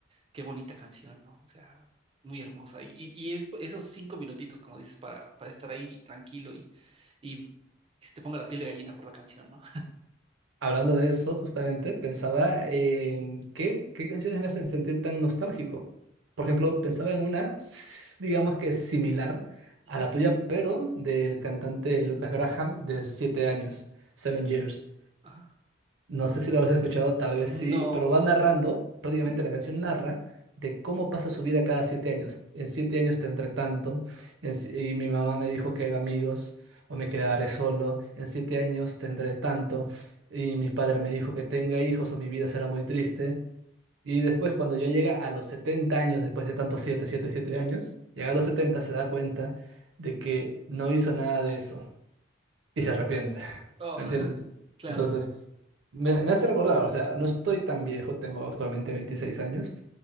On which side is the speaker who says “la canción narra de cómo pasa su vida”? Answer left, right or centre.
Right